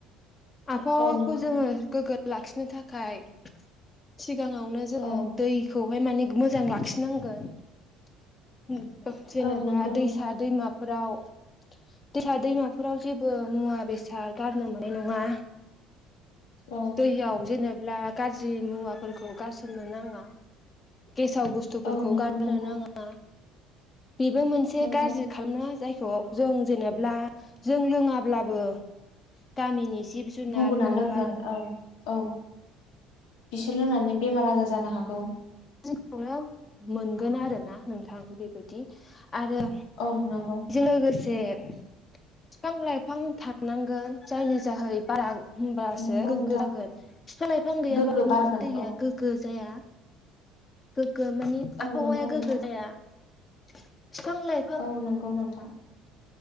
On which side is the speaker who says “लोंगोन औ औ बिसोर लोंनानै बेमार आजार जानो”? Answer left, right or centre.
Left